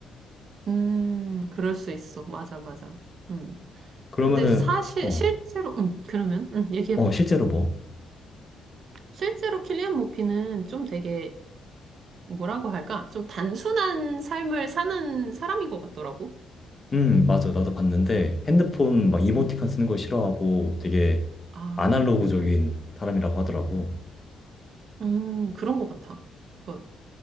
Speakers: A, on the right; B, on the left.
A: 음, 그럴 수 있어, 맞아, 맞아. 음,
B: 그러면은
A: 근데 사실
B: 어,
A: 실제로, 음, 그러면, 음, 얘기해봐.
B: 어 실제로 뭐,
A: 실제로 킬리안 모피는 좀 되게 뭐라고 할까? 좀 단순한 삶을 사는 사람인 것 같더라고.
B: 음 맞아 나도 봤는데 핸드폰 막 이모티콘
A: 음,
B: 쓰는 거 싫어하고 되게
A: 아,
B: 아날로그적인
A: 음,
B: 사람이라고 하더라고.
A: 음, 그런 것 같아. 그러니까